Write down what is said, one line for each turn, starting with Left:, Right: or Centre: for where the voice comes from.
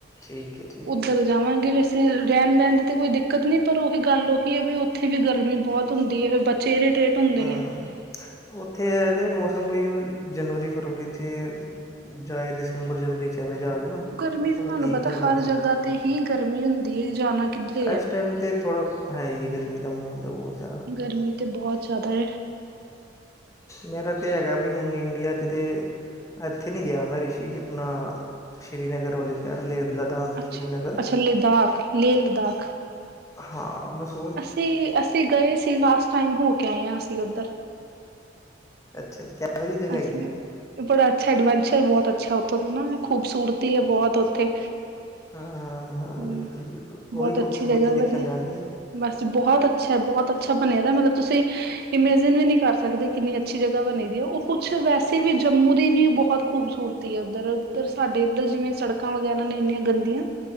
Left: ਠੀਕ ਹੈ ਠੀਕ
Right: ਉੱਧਰ
Left: ਹੈ
Right: ਜਾਵਾਂਗੇ ਰਹਿਣ। <unintelligible> ਤੇ ਕੋਈ ਦਿੱਕਤ ਨਹੀਂ ਪਰ ਉਹੀ ਗੱਲ ਉਹੀ ਹੈ। ਵੀ ਉੱਥੇ ਵੀ ਗਰਮੀ ਬਹੁਤ ਹੁੰਦੀ ਹੈ। ਫੇਰ ਬੱਚੇ ਇਰੀਟੇਟ ਹੁੰਦੇ
Left: ਹਾਂ
Right: ਨੇ।
Left: ਉੱਥੇ ਇਹ ਤੇ ਜਨਵਰੀ -ਫਰਵਰੀ ਚ ਜਾਇ ਦਿਸੰਬਰ ਜਨਵਰੀ ਚ। ਜਗ੍ਹਾ ਜਾ ਕੇ ਨਾ
Right: ਗਰਮੀ
Left: ਥੋੜ੍ਹਾ
Right: ਤੁਹਾਨੂੰ
Left: ਠੀਕ
Right: ਪਤਾ
Left: ਰਹਿੰਦਾ
Right: ਹਰ
Left: ਉੱਥੇ।
Right: ਜਗ੍ਹਾ ਤੇ ਹੀ ਗਰਮੀ ਹੁੰਦੀ ਹੈ। ਜਾਣਾ ਕਿੱਧਰੇ
Left: ਇਸ
Right: ਹੈ।
Left: ਟਾਈਮ ਤੇ ਥੋੜ੍ਹਾ ਹੈ ਜੀ ਗਰਮੀ ਦਾ ਮਾਹੌਲ ਤਾਂ ਬਹੁਤ ਜ਼ਿਆਦਾ
Right: ਗਰਮੀ ਤੇ ਬਹੁਤ ਜ਼ਿਆਦਾ ਹੈ।
Left: ਮੇਰਾ ਤਾਂ ਹੈਗਾ ਵੀ ਹੁਣ ਇੰਡੀਆ ਚ ਤੇ। ਇੱਥੇ ਨੀ ਗਿਆ ਮੈਂ ਰਿਸ਼ੀ ਆਪਣਾ ਸ਼੍ਰੀਨਗਰ ਵਾਲੀ ਸਾਇਡ ਲੇਹ। ਲਦਾਖ
Right: ਅੱਛ
Left: ਸ਼੍ਰੀਨਗਰ
Right: - ਅੱਛਾ ਲਦਾਖ ਲੇਹ ਲਦਾਖ।
Left: ਹਾਂ ਬਸ।
Right: ਅਸੀਂ- ਅਸੀਂ ਗਏ ਸੀ। ਲਾਸਟ ਟਾਈਮ ਹੋ ਕੇ ਆਏ ਹਾਂ ਅਸੀਂ ਉੱਧਰ।
Left: ਅੱਛਾ ਜੀ। ਕਿਹੋ ਜਿਹੀ ਜਗ੍ਹਾ
Right: <unintelligible>
Left: ਹੈਗੀ
Right: ਬੜਾ ਅੱਛਾ ਐਡਵੈਂਚਰ ਬਹੁਤ ਅੱਛਾ। ਉੱਥੋਂ ਦਾ ਨਾ ਖੂਬਸੂਰਤੀ ਹੈ ਬਹੁਤ ਉੱਥੇ
Left: ਹਾਂ- ਹਾਂ ਹਾਂ
Right: ਹਮ
Left: ਬਿਲਕੁਲ - ਬਿਲਕੁਲ ਉਹੀ
Right: ਬਹੁਤ
Left: ਖੂਬਸੂਰਤੀ
Right: ਅੱਛੀ ਜਗ੍ਹਾ
Left: ਦੇਖਣ
Right: ਬਣੀ
Left: ਜਾਣੀ ਹੈ।
Right: ਬਸ ਬਹੁਤ ਅੱਛਾ ਬਹੁਤ ਅੱਛਾ ਬਣਿਆਦਾ ਮਤਲਬ ਤੁਸੀਂ ਇਮੇਜਿਨ ਵੀ ਨਹੀਂ ਕਰ ਸਕਦੇ। ਕਿੰਨੀ ਅੱਛੀ ਜਗ੍ਹਾ ਬਣੀ ਦੀ ਹੈ ਉਹ ਕੁਛ ਵੈਸੇ ਵੀ ਜੰਮੂ ਦੀ ਵੀ ਬਹੁਤ ਖੂਬਸੂਰਤੀ ਹੈ। ਉੱਧਰ- ਉਧਰ ਸਾਡੇ ਇੱਧਰ ਜਿਵੇਂ ਸੜਕਾਂ ਵਗੈਰਾ ਨੇ ਇੰਨੀਆਂ ਗੰਦੀਆਂ।